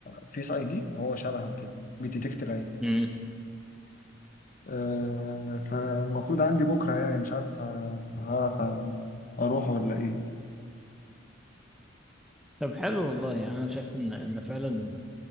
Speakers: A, on the left; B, in the centre.
A: فيس اي دي هو شبهه كده بيديتكت العين
B: مم.
A: آه، فالمفروض عندي بكره يعني مش عارف ه- هعرف أ- اروح ولا ايه
B: طب حلو والله يعني انا شايف ان ان فعلا